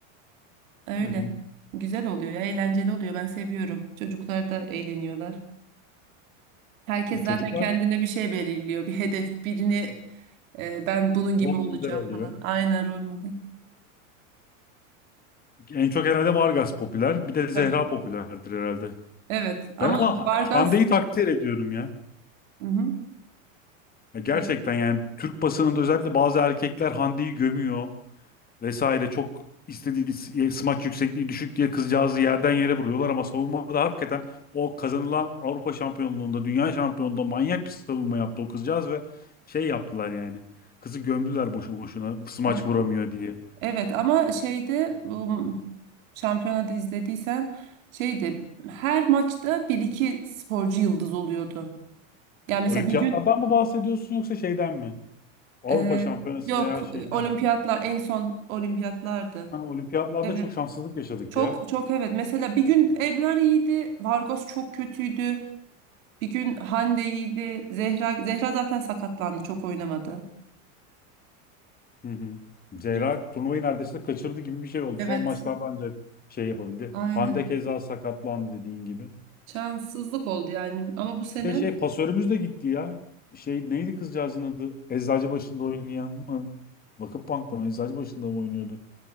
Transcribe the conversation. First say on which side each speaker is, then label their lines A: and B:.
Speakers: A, on the right (about 80°); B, on the left (about 20°).
A: Öyle.
B: Hı hı.
A: Güzel oluyor ya, eğlenceli oluyor. Ben seviyorum. Çocuklar da eğleniyorlar. Herkes
B: E,
A: zaten
B: çocuklar
A: kendine bir şey belirliyor, bir hedef, birini e, ben bunun gibi
B: rol
A: olacağım
B: model alıyor.
A: falan. Aynen rol model.
B: En çok herhalde Vargas popüler. Bir de Zehra
A: Tabii.
B: popülerdir herhalde.
A: Evet ama
B: Ben ama
A: Vargas
B: Hande'yi takdir ediyorum ya.
A: Hı hı.
B: Ya gerçekten
A: Evet,
B: yani Türk basınında özellikle bazı erkekler Hande'yi gömüyor vesaire. Çok istediği s- smaç yüksekliği düşük diye kızcağızı yerden yere vuruyorlar ama savunmada hakikaten o kazanılan Avrupa şampiyonluğunda, dünya şampiyonluğunda manyak bir savunma yaptı o kızcağız ve şey yaptılar yani. Kızı gömdüler boşu boşuna smaç
A: evet.
B: vuramıyor diye.
A: Evet, ama şeyde bu şampiyonada izlediysen şeyde her maçta bir iki sporcu yıldız oluyordu. Yani mesela
B: Olimpiyatlardan
A: bir gün
B: mı bahsediyorsun yoksa şeyden mi? Avrupa
A: e,
B: şampiyonası
A: yok
B: veya şeyden
A: e, olimpiyatlar
B: mi?
A: en son olimpiyatlardı.
B: Ha, olimpiyatlarda
A: Evet.
B: çok şanssızlık yaşadık
A: Çok
B: ya.
A: çok evet. Mesela bir gün Ebrar iyiydi, Vargas çok kötüydü. Bir gün Hande'ydi. Zehra Zehra zaten sakatlandı, çok oynamadı.
B: Hı hı. Zehra
A: Biraz.
B: turnuvayı neredeyse kaçırdı gibi bir şey oldu.
A: Evet,
B: Son maçlarda ancak şey yapabildi.
A: aynen.
B: Hande keza sakatlandı dediğin gibi.
A: Şanssızlık oldu yani. Ama bu sene
B: Bir de şey pasörümüz de gitti ya. Şey neydi kızcağızın adı? Eczacıbaşı'nda oynayan mı? Vakıfbank'ta mı? Eczacıbaşı'nda mı oynuyordu?